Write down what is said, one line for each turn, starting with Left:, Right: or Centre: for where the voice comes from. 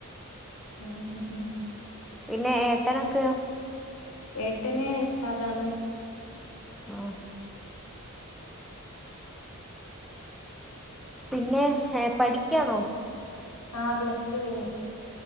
Left: ഉ ഉ ഉം.
Centre: പിന്നെ ഏട്ടനൊക്കെ.
Left: ഏട്ടന് ഉസ്താദാണ്.
Centre: ആഹ. പിന്നെ പഠിക്കാണോ?
Left: ആഹ പ്ലസ് ടു കയ്ഞ്.